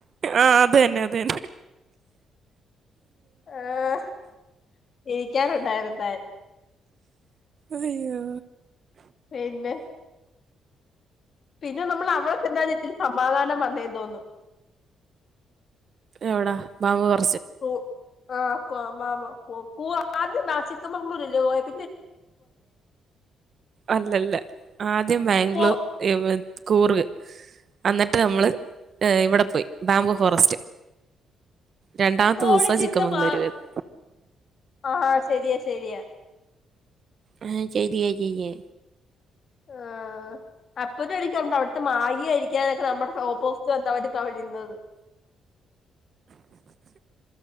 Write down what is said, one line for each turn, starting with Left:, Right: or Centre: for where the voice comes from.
Right: ആഹ് അത് തന്നെ. അതന്നെ
Left: ആഹ് പി കെ ആർ ഉണ്ടായിരുന്നെന്തായാലും.
Right: അയ്യോ
Left: പിന്നെ പിന്നെ നമ്മൾ അവടെ ചെന്നാ <unintelligible> സമാധാനം വന്നേ തോന്നു.
Right: എവിടാ ബാ <unintelligible>
Left: കു ആഹ് കൊ മാ മൊ കൊ കു ആദ്യം ദാ ചിക്കമഗ്ലൂരു അല്ലെ പോയത്
Right: അല്ലല്ല ആദ്യം ബാംഗ്ലൂ
Left: കോ
Right: <unintelligible> കൂർ എന്നിട്ട് നമ്മള് ഇവിടെ പോയി ബാംബു ഫോറസ്റ്റ്. രണ്ടാമത്തെ
Left: കോഴി
Right: ദിവസാ
Left: ചിക്കൻ
Right: ചിക്കമംഗളൂരു
Left: മാ
Right: പോയത്.
Left: ആഹ് ശരിയാ ശരിയാ.
Right: ആഹ് ചെരിയാ ചെയാ
Left: ആ അപ്പതും എനിക്കൊണ്ട് അവിടുത്തെ മാഗി കഴിക്കാനൊക്കെ നമ്മടെ ഓപ്പോസിറ്റ് വന്നവൻ്റെ <unintelligible> നിന്നത്.